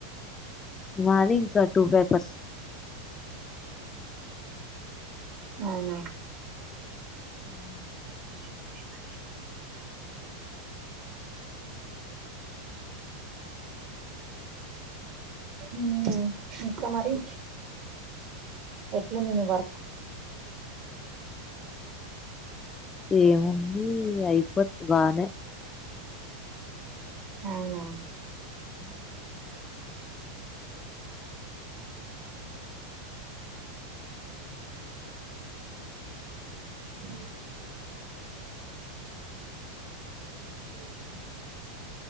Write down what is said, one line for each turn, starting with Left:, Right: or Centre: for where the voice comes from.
Left: మాది ఇంకా టూ పేపర్స్
Right: అవునా
Left: మ్మ్
Right: <unintelligible> మ్మ్ ఇంకా మరి ఎట్లుంది మీ వర్క్
Left: ఏముంది అయిపోద్ బానే
Right: అవునా
Left: ఉ
Right: హూ <unintelligible>